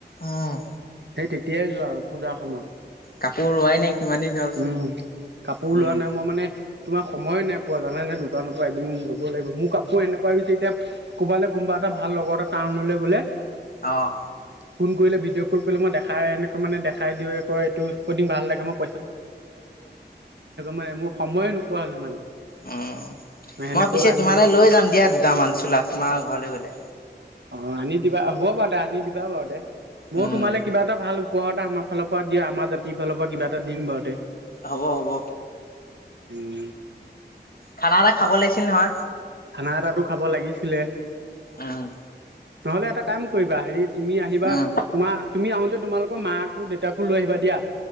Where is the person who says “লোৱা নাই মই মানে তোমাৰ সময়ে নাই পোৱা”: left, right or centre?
Right